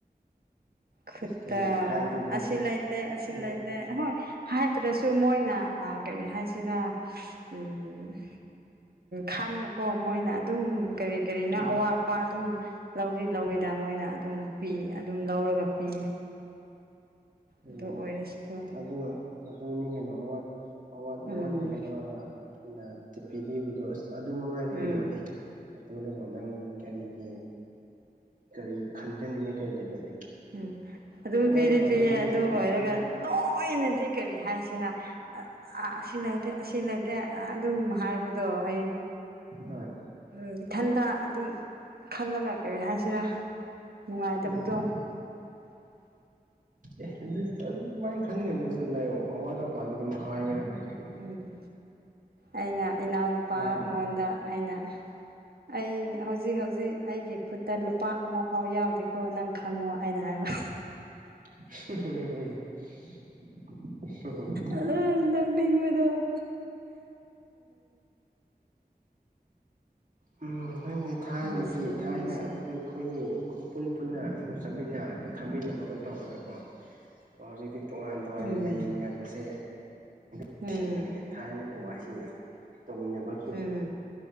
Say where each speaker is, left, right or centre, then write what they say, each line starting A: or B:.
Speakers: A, on the right; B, on the right.
A: ꯈꯨꯠꯇ
B: ꯀꯩꯒꯤ ꯏꯀꯥꯏꯗꯣꯏꯅꯣ
A: ꯑꯁꯤ ꯂꯩꯥꯏꯇ ꯑꯁꯤ
B: ꯃꯣꯏ
A: ꯂꯩꯥꯏꯇ ꯍꯣꯏ ꯍꯥꯏꯗ꯭ꯔꯁꯨ ꯃꯣꯏꯅ ꯑꯥ ꯀꯔꯤ ꯍꯥꯏꯁꯤꯔꯥ ꯎꯝ ꯈꯥꯡꯅꯀꯣ ꯃꯣꯏꯅ ꯑꯗꯨꯝ ꯀꯔꯤ ꯀꯔꯤꯅꯣ
B: ꯎꯝ
A: ꯑꯋꯥ ꯑꯄꯥ ꯑꯗꯨꯝ ꯂꯧꯗꯤ ꯂꯧꯋꯤꯗ ꯃꯣꯏꯅ ꯑꯗꯨꯝ ꯄꯤ ꯑꯗꯨꯝ ꯂꯧꯔꯒ ꯄꯤꯌꯦ
B: ꯑꯣ
A: ꯑꯗꯨ ꯑꯣꯏꯔꯁꯨ
B: ꯑꯗꯨꯒ ꯑꯗꯨꯅꯤ ꯀꯩꯅꯣ ꯑꯋꯥꯠ ꯑꯋꯥꯠ
A: ꯎꯝ
B: ꯑꯋꯥꯠꯇꯅꯕꯅ ꯄꯤꯕꯤꯕꯗꯣ ꯑꯁ ꯑꯗꯨ ꯃꯉꯥꯏꯔꯦ
A: ꯎꯝ
B: ꯀꯩꯅꯣ ꯑꯦ ꯑꯗꯨꯅꯕꯨ ꯅꯪ ꯀꯔꯤꯒꯤ ꯀꯔꯤ ꯈꯟꯖꯅꯤꯡꯉꯦ ꯀꯔꯤ ꯂꯩꯒꯦꯅꯦ
A: ꯎꯝ ꯑꯗꯨꯝ
B: ꯑꯋꯥꯠ
A: ꯄꯤꯗꯤ
B: ꯑꯄꯥꯗꯣ
A: ꯄꯤꯌꯦ
B: ꯃꯣꯏ
A: ꯑꯗꯨ
B: ꯎꯝ
A: ꯑꯣꯏꯔꯒ
B: ꯍꯣꯏ
A: ꯂꯣꯏꯅꯗꯤ ꯀꯔꯤ ꯍꯥꯏꯁꯤꯔ ꯑꯁꯤ ꯂꯩꯇꯦ ꯑꯁꯤ ꯂꯩꯇꯦ ꯑꯗꯨꯝ ꯍꯥꯏꯕꯗꯣ ꯑꯩ
B: ꯍꯣꯏ
A: ꯎꯝ ꯏꯊꯟꯇ ꯑꯗꯨꯝ ꯈꯜꯂꯒ ꯀꯔꯤ ꯍꯥꯏꯁꯤꯔꯥ ꯅꯨꯡꯉꯥꯏꯇꯕꯗꯣ
B: ꯎꯝ
A: <inaudible>
B: ꯑꯦ ꯑꯗꯨ ꯑꯗꯨꯃꯥꯏꯅ ꯈꯟꯒꯅꯨꯗ ꯂꯥꯏꯑꯣ ꯑꯋꯥꯠ ꯑꯄꯥꯗꯤ ꯑꯗꯨꯝ ꯍꯥꯏꯒꯗꯕꯅꯤ ꯀꯩꯅꯣ
A: ꯎꯝ ꯑꯩꯅ ꯏꯅꯥꯎꯅꯨꯄꯥ
B: ꯍꯥꯏ
A: ꯑꯩꯉꯣꯟꯗ ꯑꯩꯅ ꯑꯩ ꯍꯧꯖꯤꯛ ꯍꯧꯖꯤꯛ ꯑꯩꯒꯤ ꯈꯨꯠꯇ ꯂꯨꯄꯥ ꯑꯃ ꯐꯥꯎ ꯌꯥꯎꯗꯦꯀꯣ ꯅꯪ ꯈꯪꯉꯣ ꯑꯩꯅ ꯍꯥꯏꯕ
B: <unintelligible>
A: ꯑꯗꯨ ꯅꫭꯛꯅꯤꯡꯕꯗꫭ
B: ꯎ ꯅꯪꯒꯤ ꯊꯥꯏꯅꯒꯤ
A: ꯅꯨꯡꯁꯤꯗꯤ
B: ꯊꯥꯏꯅ
A: ꯅꯨꯡꯁꯤ
B: ꯑꯩꯈꯣꯏ ꯑꯩꯈꯣꯏꯒꯤ ꯑꯩꯈꯣꯏ ꯄꯨꯟ ꯄꯨꯟꯅ ꯑꯩꯉꯣꯟ ꯆꯠꯃꯤꯟꯅ ꯊꯝꯃꯤꯟꯅꯕꯒꯨꯝ ꯇꯧꯔꯒꯀꯣ ꯑꯣ ꯍꯧꯖꯤꯛꯇꯤ ꯇꯣꯉꯥꯟ ꯇꯣꯉꯥꯟ
A: ꯎꯝ
B: ꯂꯩꯅꯕꯁꯦ <unintelligible>
A: ꯎꯝ
B: ꯊꯤꯕꯅꯤꯅꯦ ꯊꯥꯏꯅꯒꯤ ꯋꯥꯔꯤꯁꯤꯡꯗꫭ ꯇꯧꯃꯤꯟꯅꯕ
A: ꯎꯝ